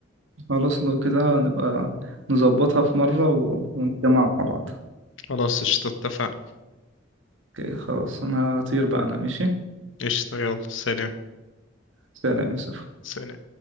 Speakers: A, on the right; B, on the left.
A: خلاص لو كده نبقى نظبطها في مرة و- ونتجمع مع بعض
B: خلاص قشطة اتفقنا
A: اوكي خلاص انا هطير بقى انا ماشي
B: قشطة يلا سلام
A: سلام يا يوسف
B: سلام